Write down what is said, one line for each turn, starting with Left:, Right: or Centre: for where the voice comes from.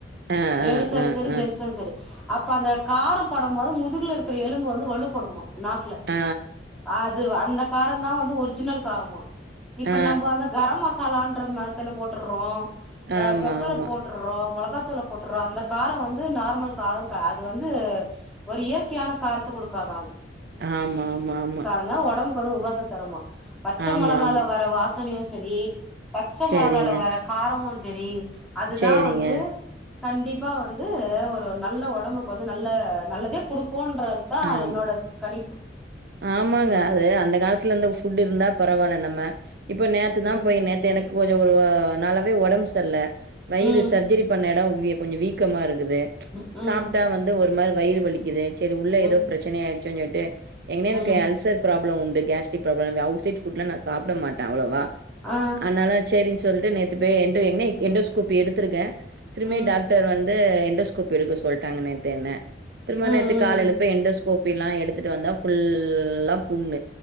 Right: ஆ
Centre: லேடிஸாரு
Right: ஆ ஆ
Centre: செரி
Right: ஆ
Centre: ஜென்ஸு செரி அப்ப அந்த காரோ பட் டம்மோது முதுகுல இருக்குற எலும்பு வந்து வலுப்படுமா நாக்குல
Right: அ
Centre: அது அந்த காரந்தா வந்து ஒரிஜினல் காரமா இப்ப
Right: ஆ,
Centre: நம்ப அந்த கரம் மசாலான்றம தல போட்டுற்றோ அ
Right: ஆமா,
Centre: பெப்பர
Right: ஆமா.
Centre: போட் டுற்ரோ மொளகாத்தூள போட்டுற்றோ அந்த கார வந்து நார்மல் காரோ க அது வந்து ஒரு இயற்கையான காரத்த குடுக்காதா அது
Right: ஆமா ஆமா ஆமா
Centre: அதா ஒடம்புக்கு வந்து உபாத தருமா பச்ச
Right: ஆமா,
Centre: மொளகால
Right: ஆமா.
Centre: வர வாசனையு சரி பச்ச
Right: சரிங்க,
Centre: மொளகால வர காரமு சரி அதுதா
Right: சரிங்க.
Centre: வந்து கண்டிப்பா வந்து ஒரு நல்ல ஒடம்புக்கு வந்து நல்ல நல்லதே குடுக்குன்ற தா
Right: ஆம்.
Centre: என்னோட கணிப்பு
Right: ஆமாங்க
Centre: ம்
Right: அது அந்த காலத்துல இருந்தா ஃபுட் இருந்தா பரவால்ல நம்ம இப்ப நே தா
Centre: ம்
Right: போய் நேத்து எனக்கு கொஞ்சோ ஒரு நாளாவே ஒடம்பு சரியில்ல வயிறு
Centre: ம்
Right: சர்ஜரி பண்ண எடோ கொஞ்ச வீக்கமா இருக்குது
Centre: ம்
Right: சாப்ட்டா வந்து ஒரு மாரி வயிறு வலிக்குது சரி உள்ள
Centre: ம்
Right: ஏதோ பிரச்சன ஆயிடுச்சுன்னு சொல்ட்டு ஏற்கனே எனக்கு
Centre: ம்
Right: அல்சர் ப்ராம்ளம் உண்டு கேஸ்ரிக் ப்ராம்ளம் அவுட்சைட் ஃபுட்ல்ல நா சப்ட மாட்டே அவ்வளவா
Centre: ஆ
Right: அதனால சேரின் சொல்ட்டு நேத்து போய் என்டஸ்கோபி எடுத்துருக்கே திரும்பி
Centre: ம்
Right: டாக்டர் வந்து வந்து என்டோஸ்கோபி எடுக்க சொல்ட்டாங்க நேத்து என்ன திரும்ப
Centre: ம்
Right: நேத்து
Centre: ம்
Right: காலேல இப்ப என்டோஸ்கோப்பில்லா எடுத்துட்டு வந்தா ஃபுல்லா புண்ணு